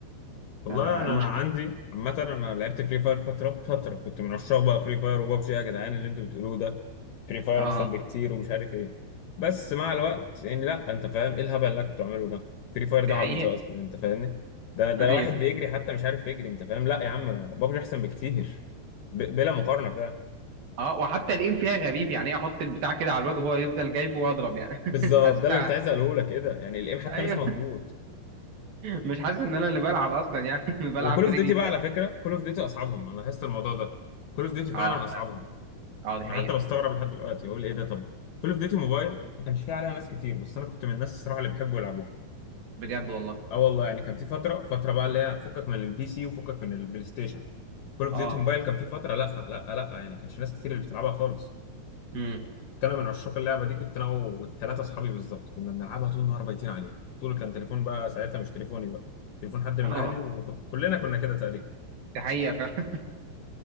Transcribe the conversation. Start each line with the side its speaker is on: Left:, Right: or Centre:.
Left: والله
Right: فالمشكلة
Left: انا عندي عامه انا لعبت فري فاير فتره فتره كنت من عشاق بقى فري فاير وبابجي يا جدعان اللي انتوا بتقولوه ده فري
Right: <laughs>
Left: فاير
Right: اه
Left: احسن بكتير ومش عارف ايه بس مع الوقت يعني لا انت فاهم ايه الهبل اللي أنا كنت بعمله ده فري فاير ده
Right: دي حقيقة
Left: عبيطه اصلا انت فاهمني ده ده
Right: <laughs>
Left: لو
Right: ايوه
Left: واحد بيجري حتى مش عارف يجري انت فاهم لا يا عم بابجي احسن بكتير ب... بلا مقارنه فعلا
Right: اه وحتى الايم فيها غريب يعني ايه احط البتاع كده على الواد وهو يفضل جايبه واضرب يعني
Left: بالظبط
Right: <laughs> حسيتها
Left: ده اللي كنت عايز اقوله لك ايه ده يعني الايم حتى
Right: ايوه
Left: مش مظبوط
Right: مش حاسس ان انا اللي بلعب اصلا يعني <laughs> بلعب
Left: وكل اوف
Right: برجلي
Left: ديوتي
Right: تقريبا
Left: بقى على فكره كل اوف ديوتي اصعبهم انا لاحظت الموضوع ده كل اوف ديوتي فعلا
Right: اه
Left: اصعبهم
Right: فعلا اه دي
Left: انا
Right: حقيقة
Left: حتى بستغرب لحد دلوقتي بقول ايه ده طب كول اوف ديوتي موبايل ما كانش فيه عليها ناس كتير بس انا كنت من الناس الصراحه اللي بيحبوا يلعبوها
Right: بجد والله
Left: اه والله يعني كان في فتره فتره بقى اللي هي فكك من البي سي وفكك من البلاي ستيشن كول اوف
Right: اه
Left: ديوتي موبايل كان في فتره لا لا لا يعني كانش ناس كتير اللي بتلعبها خالص
Right: امم
Left: كنت انا من عشاق اللعبه دي كنت انا والثلاثه اصحابي بالظبط كنا بنلعبها طول النهار بايتين عليها طول كان تليفون بقى ساعتها مش تليفوني بقى تليفون حد من
Right: اه
Left: اهلي وكلنا <laughs> كنا كده تقريبا
Right: دي حقيقة فعلا